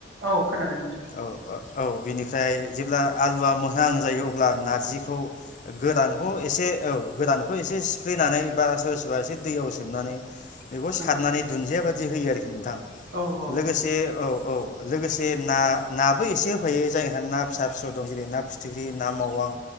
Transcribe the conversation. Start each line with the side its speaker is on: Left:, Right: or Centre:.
Right: औ खोनादों नोंथां
Left: औ औ बिनिफ्राय जेब्ला आलुआ मोजां जायो अब्ला नारजिखौ गोदानखौ एसे औ गोदानखौ एसे खोख्लेनानै बा सोर सोरबा एसे दैयाव सोमनानै बेखौ सारनानै
Right: औ
Left: दुनन्दियाबा दि होयो आरोखि नोंथां।
Right: औ औ
Left: लोगोसे औ औ लोगोसे ना नाबो एसे होफायो जायहा ना फिसा फिसौ दं जेरै ना फिथिख्रि ना मावां